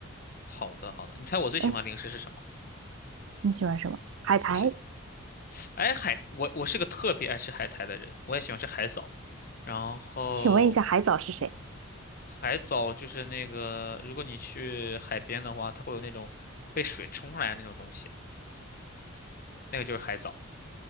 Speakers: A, on the left (about 40°); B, on the right (about 70°).
A: 好的好的。你猜我最喜欢零食是什么？
B: 哎，你喜欢什么？海苔？
A: 我喜，哎海，我我是个特别爱吃海苔的人，我也喜欢吃海藻。然后
B: 请问一下，海藻是谁
A: 海藻就是那个，如果你去海边的话，它会有那种被水冲上来的那种东西，那个就是海藻，